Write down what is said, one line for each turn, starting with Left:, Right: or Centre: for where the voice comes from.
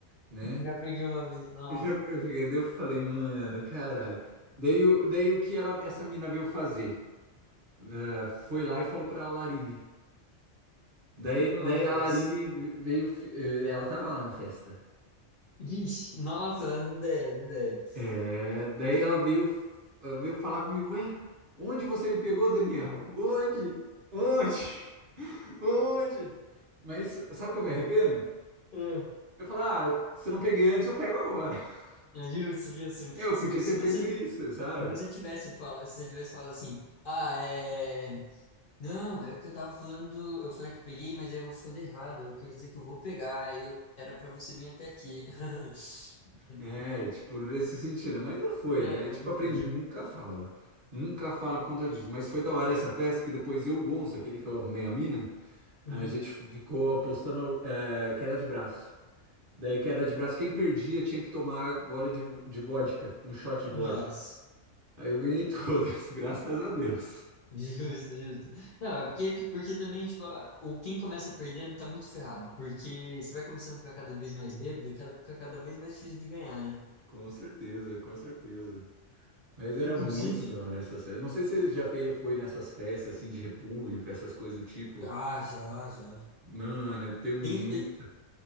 Right: né?
Left: Já
Right: <laughs>
Left: peguei uma vez. Nossa,
Right: Eu já peguei, daí eu falei, mano, caralho. Daí, o- daí o que ela, essa mina veio fazer? Ah, foi lá e falou pra Larine. Daí,
Left: nossa.
Right: daí a Larine veio. fi- eh, Ela tava lá na festa.
Left: Vixe, nossa, as ideias, as ideias.
Right: É, daí ela veio, eh, veio falar comigo: Ué, onde você me pegou, Daniel? Onde? Onde? <laughs> Onde? Mas sabe o que eu me arrependo?
Left: <laughs>
Right: Eu falo: Ah, se eu não peguei antes, eu pego agora. <laughs>
Left: É Justo, justo.
Right: Eu
Left: Se, se
Right: podia
Left: se
Right: ter
Left: você,
Right: feito isso,
Left: se
Right: sabe?
Left: você tivesse falado, se você tivesse falado assim, ah, é. Não, é o que eu tava falando, eu falei que peguei, mas aí eu falei errado, eu quero dizer que eu vou pegar, aí eu, era pra você vir até aqui. <laughs>
Right: É, tipo, nesse sentido. Mas já foi.
Left: É,
Right: Daí,
Left: mas
Right: tipo,
Left: enfim.
Right: aprendi: nunca fala. Nunca fala por conta disso. Mas foi da hora essa festa que depois eu, o Gonço, aquele que eu arrumei a mina.
Left: Uhum.
Right: A gente ficou apostando é, queda de braço. Daí, queda de braço, quem perdia tinha que tomar gole de, de vodka, um shot de vodka.
Left: Nossa,
Right: Aí eu ganhei todas, <laughs> graças a Deus.
Left: <laughs> justo, justo. Não, é porque, porque também, tipo, a- o quem começa perdendo tá muito ferrado, porque você vai começando a ficar cada vez mais bêbado, e cada- fica cada vez mais difícil de ganhar, né?
Right: Com certeza, com certeza. Mas era
Left: Inclusive,
Right: muito da hora essa festa. Eu não sei se você já fe- foi nessas festas assim de república, essas coisas do tipo.
Left: ah, já, já.
Right: Mano, eu tenho muita,
Left: Tem,